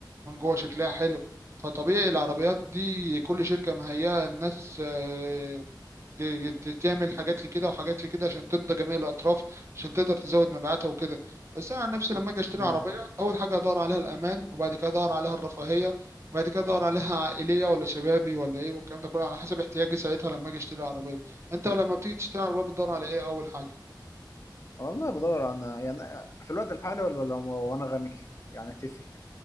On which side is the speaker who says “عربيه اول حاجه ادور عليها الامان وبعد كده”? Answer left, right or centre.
Right